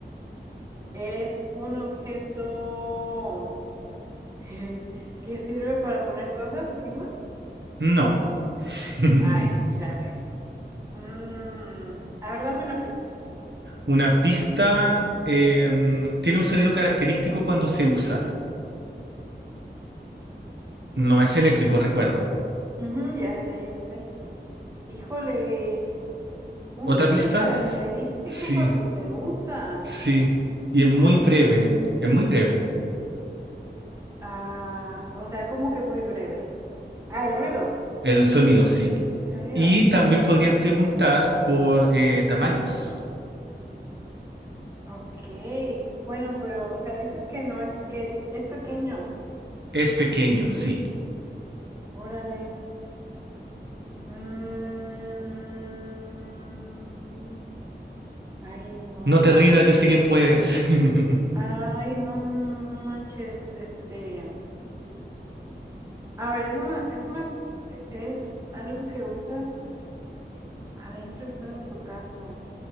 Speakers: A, on the right; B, on the right.
A: Es un objeto <laughs> que sirve para poner cosas encima.
B: No, <laughs>
A: Ay, chale. Mm, a ver, dame una pista.
B: una pista eh, tiene un sonido característico cuando se usa, no es eléctrico, recuerda.
A: Ujú, ya sé, ya sé. Híjole, un
B: ¿Otra
A: sonido
B: pista?
A: característico
B: Sí,
A: cuando se usa.
B: sí, y es muy
A: Ay,
B: breve, es muy breve.
A: ah, o sea, como que muy breve. Ah, el ruido,
B: El sonido, sí.
A: el sonido.
B: Y también podrías preguntar por eh, tamaños.
A: Ok, bueno, pero, o sea, dices que no es que es pequeño.
B: Es pequeño, sí.
A: Órale. Mm, ay, no,
B: No te
A: no
B: rindas,
A: sé.
B: yo sé que puedes. <laughs>
A: Ay, no manches, este. A ver, es una, es una, e, es algo que usas. Adentro y fuera de tu casa,